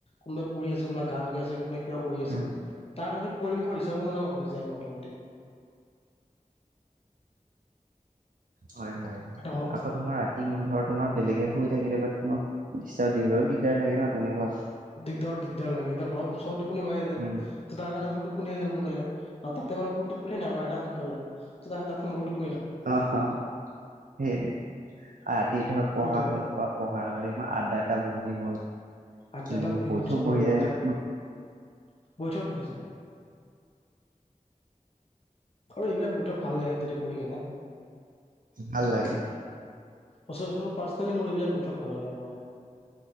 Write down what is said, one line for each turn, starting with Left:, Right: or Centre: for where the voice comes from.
Left: কোনোবাই পঢ়ি আছে, কোনোবাই গান গাই আছে, কোনোবাই কিবা কৰি আছে
Right: উম,
Left: তাৰ কাৰণে পৰিৱেশৰ হিচাপো মানে হৈ যায় মানে অটমেটিক।
Right: হয় হয় হয়
Left: এটা
Right: আকৌ তোমাৰ ৰাতি মানে ধৰ তোমাৰ বেলেগে শুই থাকিলে বা তোমাক দিষ্ট্ৰাব দিবাও দিগদাৰ লাগে ন তেনেকুৱা।
Left: দিগদাৰ দিগদাৰ লাগে এতিয়া ঘৰত অ টোপনি মাৰাই যায়
Right: উম।
Left: ত তাৰ কাৰণে মোৰ টো টোপনি আহি যায় সোনকালে আৰু তাতে মানে কোনো টোপনি নামাৰে না সোনকালে, তাৰ তাতে মোৰটো
Right: হাঁ হাঁ সেইটো আদি ধৰ পঢ়া
Left: সেইটোৱে
Right: হ'ল পোৱা পঢ়াৰ আদ্দা এটা বহি গ'ল।
Left: আদ্দটা
Right: উম,
Left: বহি
Right: বৈঠক
Left: গ'ল চবৰ
Right: বহি
Left: লগতে
Right: যায় ন
Left: বৈঠক হৈ যায়। আৰু এইবিলাক বৈঠক ভাল লাগে কিন্তু এ কৰি কিনে
Right: ভাল লাগে
Left: অ মোৰ পাৰ্চনেলি মোৰ এইবিলাক বৈঠক ভাল লাগে মানে